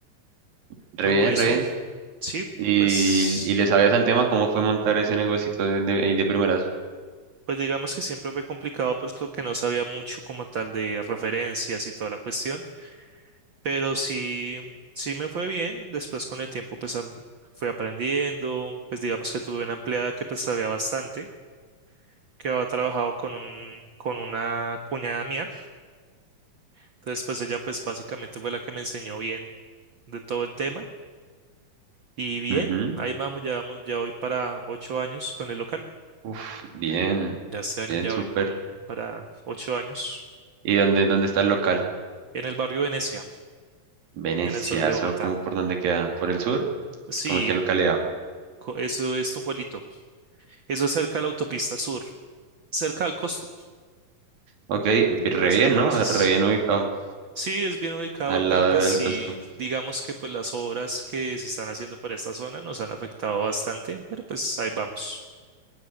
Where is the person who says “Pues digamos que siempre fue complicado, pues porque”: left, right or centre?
Right